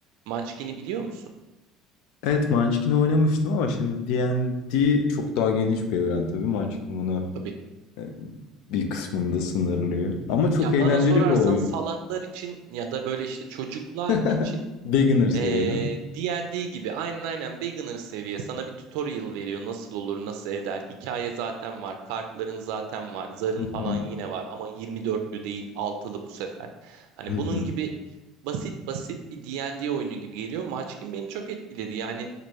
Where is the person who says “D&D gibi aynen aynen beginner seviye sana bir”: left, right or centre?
Right